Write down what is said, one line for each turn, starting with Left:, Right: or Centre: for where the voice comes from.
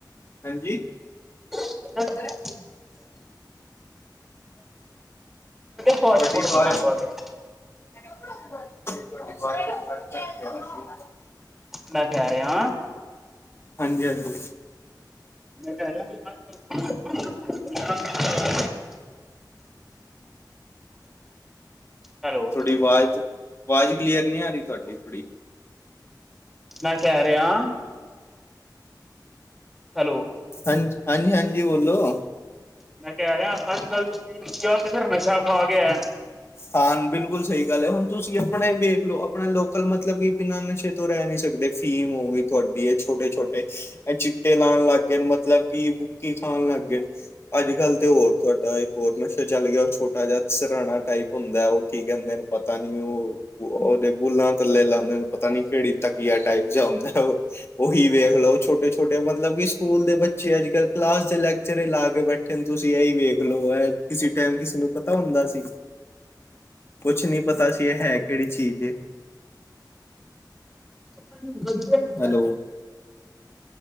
Left: ਹਾਂਜੀ।
Centre: ਕਿਹੜੇ
Left: <unintelligible>
Centre: ਫਾਸਟ
Left: ਤੁਹਾਡੀ
Centre: ਫੂਡ ਵਗੈਰਾ
Left: ਆਵਾਜ਼
Centre: ਖਾਂਦੇ
Left: <unintelligible>
Centre: ਮੈਂ ਕਹਿ ਰਿਆ
Left: ਹਾਂਜੀ-ਹਾਂਜੀ।
Centre: ਮੈਂ ਕਿਹਾ ਰਿਹਾ <unintelligible> <unintelligible> ਹੈਲੋ
Left: ਤੁਹਾਡੀ ਆਵਾਜ਼, ਆਵਾਜ਼ ਕਲੀਅਰ ਨਹੀਂ ਆ ਰਹੀ ਤੁਹਾਡੀ ਥੋੜ੍ਹੀ।
Centre: ਮੈਂ ਕਹਿ ਰਿਹਾ- ਹੈਲੋ।
Left: ਹਾਂਜੀ, ਹਾਂਜੀ-ਹਾਂਜੀ ਬੋਲੋ।
Centre: ਮੈਂ ਕਹਿ ਰਿਹਾ ਅੱਜਕੱਲ ਦੀ ਪੀੜੀ ਆ ਤੇ ਫਿਰ ਨਸ਼ਾ ਖਾ ਗਿਆ।
Left: ਹਾਂ ਬਿਲਕੁਲ ਸਹੀ ਗੱਲ ਹੈ ਹੁਣ ਤੁਸੀਂ ਆਪਣੇ ਵੇਖ ਲਉ ਆਪਣਾ ਲੋਕਲ ਮਤਲਬ ਕਿ ਬਿਨਾਂ ਨਸ਼ੇ ਤੋਂ ਰਹਿ ਨਹੀਂ ਸਕਦੇ ਫੀਮ ਹੋ ਗਈ ਤੁਹਾਡੀ ਐ ਛੋਟੇ-ਛੋਟੇ। ਐ ਚਿੱਟੇ ਲਾਉਣ ਲੱਗ ਗਏ ਮਤਲਬ ਕਿ ਬੁੱਕੀ ਖਾਣ ਲੱਗ ਗਏ। ਅੱਜ -ਕੱਲ੍ਹ ਤੇ ਔਰ ਤੁਹਾਡਾ ਇੱਕ ਹੋਰ ਨਸ਼ਾ ਚੱਲ ਗਿਆ ਉਹ ਛੋਟਾ ਜਿਹਾ ਸਰਾਣਾ ਟਾਈਪ। ਹੁੰਦਾ ਉਹ ਕੀ ਕਹਿੰਦੇ ਨੇ ਪਤਾ ਨੀ ਉਹ। ਉਹਦੇ ਬੁੱਲਾਂ ਥੱਲੇ ਲਾਂਦੇ ਪਤਾ ਨੀ ਕਿਹੜੀ ਤਕੀਆ ਟਾਈਪ ਜਾ ਹੁੰਦਾ ਉਹ। ਉਹੀ ਵੇਖ ਲਓ ਛੋਟੇ-ਛੋਟੇ ਮਤਲਬ ਕਿ ਸਕੂਲ ਦੇ ਬੱਚੇ ਅੱਜ-ਕੱਲ੍ਹ ਕਲਾਸ ਦੇ ਲੈਕਚਰ ਹੀ ਲਾ ਕੇ ਬੈਠ। ਲੇਕਿਨ ਤੁਸੀਂ ਇਹੀ ਵੇਖ ਲਓ ਐਹ ਕਿਸੇ ਟਾਈਮ ਕਿਸੇ ਨੂੰ ਪਤਾ ਹੁੰਦਾ ਸੀ। ਕੁਛ ਨੀ ਪਤਾ ਸੀ ਇਹ ਹੈ ਕਿਹੜੀ ਚੀਜ਼।
Centre: ਗ <unintelligible>
Left: ਹੈਲੋ।